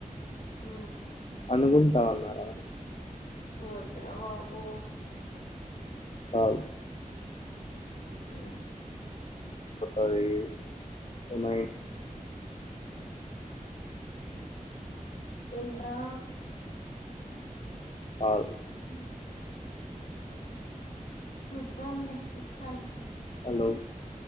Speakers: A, on the left (about 65°); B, on the left (about 45°).
A: ఆ
B: అనుకుంటా ఉన్నరా
A: వద్దురా బాబు
B: కాదు
A: ఆ
B: అరి ఎమయి
A: ఎంట్రా
B: సాల్
A: ఉ చెప్తాం లే ఇస్తాన్ లే
B: హలో